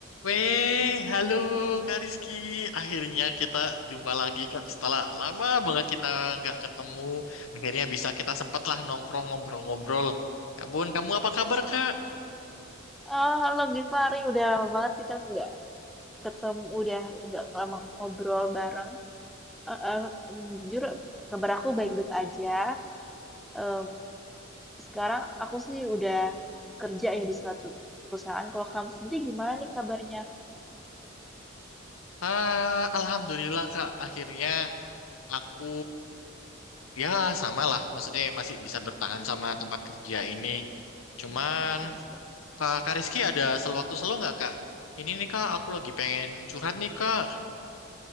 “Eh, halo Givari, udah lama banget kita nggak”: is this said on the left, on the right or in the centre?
Centre